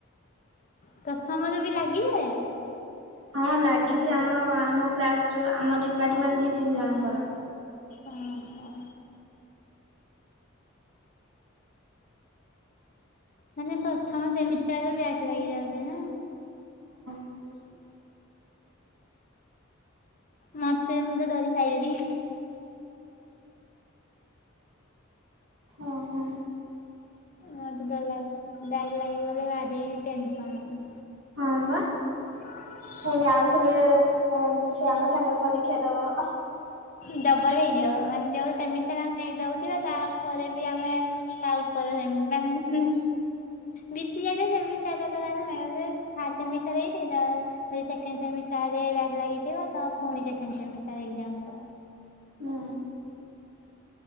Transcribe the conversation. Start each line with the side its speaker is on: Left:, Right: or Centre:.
Left: ପ୍ରଥମର ବି ଲାଗିଯାଏ?
Right: ହଁ ଲାଗିଛି ଆମ ଆମ କ୍ଲାସ ରୁ ଆମ ଡିପାର୍ଟମେଣ୍ଟ ଦି ତିନି ଜଣଙ୍କର।
Left: ଓହୋ। ମାନେ ପ୍ରଥମ ସେମିଷ୍ଟା ରେ ବ୍ୟାକ୍ ଲାଗିଯାଉଛି ନା।
Right: <inaudible>
Left: ମତେ ମୁଁ ତ ଡରି ସାଇଲିଣି।
Right: ଓହୋ।
Left: ମୋତେ ଡର ଲାଗୁଚି ବ୍ୟାକ୍ ଲାଗିଗଲେ ଭାରି ଟେନସନ୍।
Right: ହଁ ପା।
Left: <inaudible>
Right: ପୁଣି ଆଉଥରେ ଅ ଛୁଆଙ୍କ ସାଙ୍ଗରେ ପରୀକ୍ଷା ଦବ।
Left: ଡବଲ ହେଇଯିବ ମାନେ ଯୋଉ ସେମିଷ୍ଟାର ଆମେ ଦଉଥିବା ତାପରେ ବି ଆମେ ତା ଉପରେ ଯେତି ମାନେ ହୁଁ ବିତିଯାଇଥିବା ସେମିଷ୍ଟାର୍ ଦବା ନାଇ ଅଲରେଡି ଥାର୍ଡ ସେମିଷ୍ଟାର୍ ହିଁ ଦେଇଦେବା ଭଲ। ସେକେଣ୍ଡ ସେମିଷ୍ଟାର ବ୍ୟାକ ଲାଗିଥିବ ତ ପୁଣି ସେକେଣ୍ଡ ସେମିଷ୍ଟାର ଏକ୍ଜାମ ଦବ।
Right: ହୁଁ।